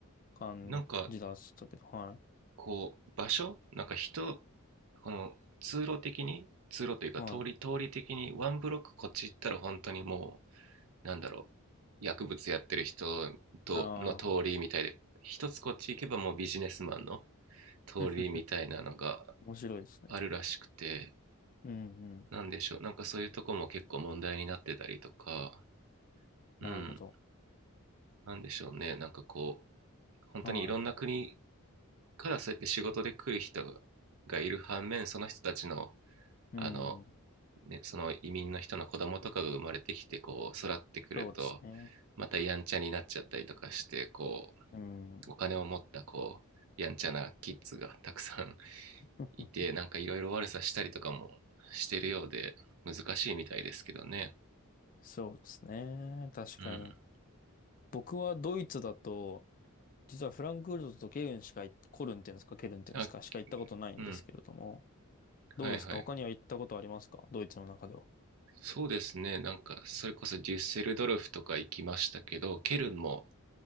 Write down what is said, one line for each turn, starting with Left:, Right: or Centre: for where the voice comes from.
Left: 感じだったけど、
Right: なんか
Left: は
Right: こう場所、なんか人、この通路的に、通路というか通り、
Left: い。はい。
Right: 通り的にワンブロックこっち行ったら本当にもう、なんだろう、薬物やってる人との通りみたいで、
Left: ああ。
Right: 一つこっち行けばもうビジネスマンの通りみたいなのが
Left: <laughs> 面白いですね。
Right: あるらしくて、
Left: うんうん。
Right: なんでしょう、なんかそういうとこも結構問題になってたりとか、
Left: なるほど。
Right: うん、なんでしょうね、なんかこう、本当にいろんな国
Left: は
Right: からそうやって仕事で来る人がいる反面、その人たちの、
Left: い。
Right: あの、
Left: うん。
Right: ね、その移民の人の子供とかが生まれてきて、こう、育ってくると、
Left: そうですね。
Right: またやんちゃになっちゃったりとかして、こ
Left: うん。
Right: う、お金を持った、こう、やんちゃなキッズがたくさん
Left: <laughs>
Right: <laughs> いて、なんかいろいろ悪さしたりとかもしてるようで、難しいみたいですけどね。
Left: そうですね。確かに。
Right: うん。
Left: 僕はドイツだと、実はフランクフルトとケルンしか行っ、コルンっていうんですか、ケルンっていうんですか、
Right: あ、
Left: しか行ったことないんですけれども、
Right: うん。
Left: どうですか他には行ったことありますかドイツの中では。
Right: はいはいはいそうですね。なんか、それこそデュッセルドルフとか行きましたけど、ケルンも、